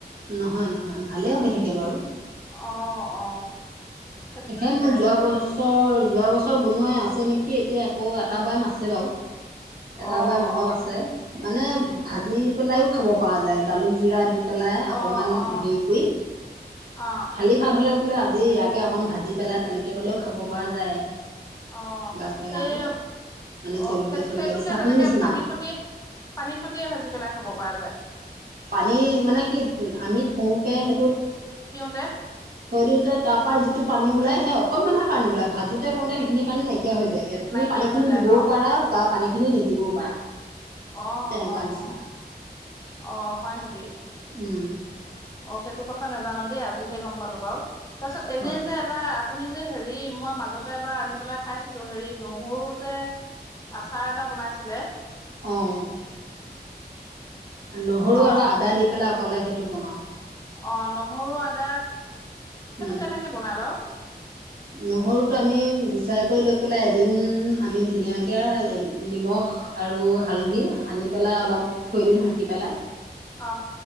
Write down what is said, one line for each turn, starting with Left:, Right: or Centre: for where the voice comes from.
Right: নহয় নহয়, ভালে হৈ থাকে বাৰু!
Left: অ'। অ সেইটো তেনেকে
Right: সে মোৰ
Left: ৰাখিব
Right: যোৱা বছৰ,
Left: লাগিব
Right: যোৱা বছৰ বনোৱাই আছে নেকি এতিয়া! অ' এটা বৈয়াম আছে বাৰু! এটা
Left: অ
Right: বৈয়াম অলপ
Left: অ
Right: আছে। মানে ভাজি পেলাইও খাব পাৰা যায়, জালুক জিৰা দি পেলাই অকমান
Left: অ অ
Right: হেৰি কৰি,
Left: অ
Right: খালি ভাত হ'লে বোলে জিয়াকে অকণ ভাজি পেলাই তেনেকে পেলাইও খাব পৰা যায়।
Left: অ'
Right: গাজ টেঙাটো
Left: এই
Right: মানে
Left: অ'
Right: জলকীয়া
Left: সেইটো-সেইটোকে
Right: চলকীয়া দি চাটনি
Left: তেনেকে
Right: নিচিনা
Left: পানী
Right: আৰু
Left: খতিয়ে, পানী খতিয়ে ভাজি পেলাই খাব পৰা যায়।
Right: পানী মানে কি, আমি থওঁতে সেইটোত
Left: তে
Right: থৈ দিওঁতে তাৰ পৰা যিটো পানী ওলায়, সেই অকনমানহে পানী ওলায়, ভাজোতে কৰোঁতে সেইখিনি পানী নাইকিয়া নাইকিয়া হৈ যায়গে, তুমি
Left: নাইকিয়া
Right: পানীখিনি
Left: হৈ যায়
Right: দিবও
Left: ন
Right: পাৰা বা পানী খিনি নিদিবও পাৰা
Left: অ অহ
Right: তেনেকুৱা নিচিনা
Left: অহ হয় নেকি
Right: উম
Left: অ সেইটো কথা নাজানো দেই আজিহে গম পালো বাৰু তাৰপিছত এনেই
Right: হয়
Left: যে এটা আপুনি যে হেৰি মই মাজতে এবাৰ আনি পেলাই খাইছিলো হেৰি নহৰু যে আচাৰ এটা বনাইছিলে
Right: অঁ নহৰু
Left: অ
Right: আৰু আদা দি পেলাই কলে সেইটো বনাওঁ
Left: অ নহৰু আদা সেইটো
Right: উম
Left: কেনেকে বনাই বাৰু
Right: নহৰুটো আমি গুচাই কৰি লৈ পেলাই এদিন আমি ধুনীয়াকৈ নিমখ আৰু হালধি সানি পেলাই অলপ থৈ দিওঁ ঢাকি পেলাই
Left: অ